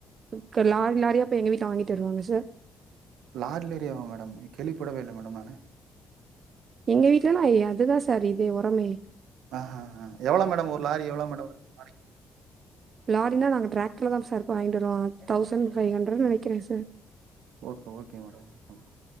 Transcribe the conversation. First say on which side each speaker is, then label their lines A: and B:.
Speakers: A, on the right; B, on the right.
A: க்கர் லாரி லாரியா போயி எங்க வீட்ல வாங்கிட்டு வருவாங்க சார்
B: லார்டல் ஏரியாவா மேடம் இது கேள்விப்படவே இல்ல மேடம் நானு
A: எங்க வீட்லலா ஏ அதுதா சார் இதே ஒரமே
B: ஆ ஹ ஹ எவ்வளோ மேடம் ஒரு லாரி எவ்வளோ மேடம் வருது ஒரு நாளைக்கு
A: லாரினா நாங்க டிராக்ட்ருல தா சார் போய் வாய்ன்டுவருவோ தௌசண்ட் ஃபை ஹண்ரட்னு நெனைக்கிறே சார்
B: ஓகே ஓகே மேடம் ம்